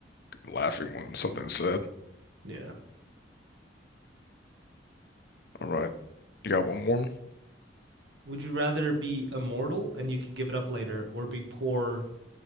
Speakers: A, on the left; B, on the right.
A: laughing when something's said.
B: Yeah.
A: All right, you got one more?
B: Would you rather be immortal and you could give it up later or be poor